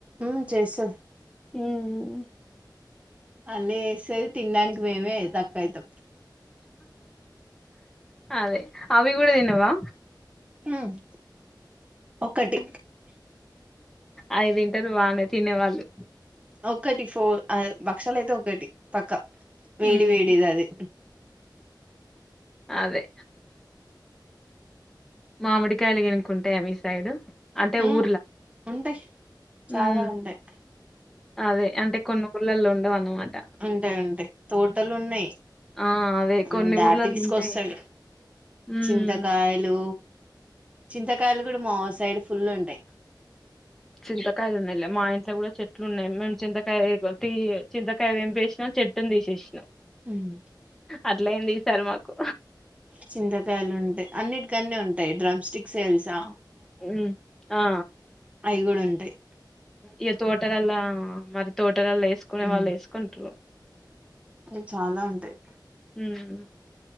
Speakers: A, on the right; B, in the centre.
A: మి చేస్తది
B: ఉమ్ మ్
A: అళ్ళీ ఎస్తది తినడానికి మేమే తక్కువ అయితాం
B: అదే అవి కూడ తినవా
A: మ్ ఒకటి
B: అవి తింటరు బానే తినేవాళ్ళు
A: ఒక్కటి ఫోర్ భక్షాలయితే ఒకటి పక్కా వేడి
B: మ్మ్
A: వేడిది అది
B: అదే మామిడికాయలు గినుక ఉంటాయా మీ సైడు అంటే
A: మ్
B: ఊర్ల
A: ఉంటాయ్ చాలా
B: మ్మ్
A: ఉంటాయ్
B: అదే అంటే కొన్ని ఊర్లలో ఉండవు అన్నమాట
A: ఉంటాయ్ ఉంటాయ్ తోటలు ఉన్నయ్
B: ఆ అదే కొన్ని
A: మ్ డాడ్
B: ఊర్లలో
A: తీస్కోస్తాడు
B: ఉంటాయి మ్మ్
A: చింతకాయలు చింతకాయలు కూడా మా సైడ్ ఫుల్ ఉంటాయ్
B: చింతకాయలు ఉన్నాయిలే మా ఇంట్లో కూడా చెట్లు ఉన్నాయి మేము చింతకాయ తి చింతకాయ తెంపేసిన చెట్టు నీ తీసేసిన
A: ఉమ్
B: అట్ల అయింది ఈసారు మాకు
A: చింతకాయలు ఉంటాయి అన్నిటికన్న ఉంటాయి డ్రమ్ స్టిక్స్ తెల్సా
B: మ్ ఆ
A: అవి కూడా ఉంటయ్
B: ఇగ తోటలల మరి తోటలలో వేసుకునే
A: ఉమ్,
B: వాళ్ళు వేసుకుంటరు
A: అవి చాలా ఉంటాయి
B: మ్మ్